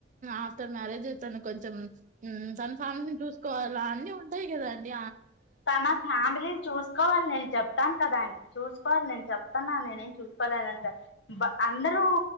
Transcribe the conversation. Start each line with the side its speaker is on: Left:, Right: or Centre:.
Right: ఆఫ్టర్ మ్యారేజ్ తను కొంచెం తన ఫ్యామిలీని చూసుకోవాల అన్నీ ఉంటాయి కదాండి
Left: తన ఫ్యామిలీనీ చూసుకోవాలే చెప్తాను కదా అండి చూసుకోవాలి నేను చెప్తున్నా నేనేం చూసుకోలేదంట అందరూ